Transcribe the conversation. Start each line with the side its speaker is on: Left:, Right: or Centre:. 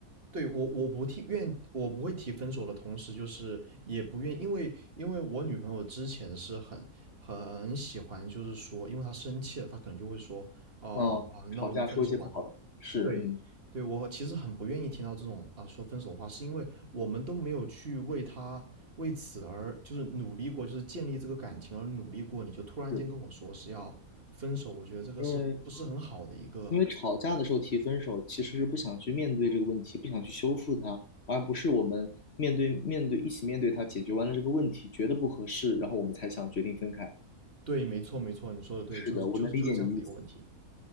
Right: 对我我不提愿我不会提分手的同时，就是也不愿，因为因为我女朋友之前是很很喜欢，就是说，因为她生气了，她可能就会说，哦、
Left: 哦，
Right: 啊，那我们分手吧。
Left: 吵架说一些不好的，是，
Right: 对，
Left: 嗯，
Right: 对，我其实很不愿意听到这种啊说分手的话，是因为我们都没有去为他为此而就是努力过，就是建立这个感情而努力过，你就突然间跟我说是要分手，
Left: 是。
Right: 我觉得这个是不是很好的一个？
Left: 因为因为吵架的时候提分手，其实是不想去面对这个问题，不想去修复它，而不是我们面对面对一起面对它，解决完了这个问题，觉得不合适，然后我们才想决定分开。
Right: 对，没错，没错，你说的对，
Left: 是的，
Right: 就是就是就是这样子一个问题。
Left: 我能理解你的意思。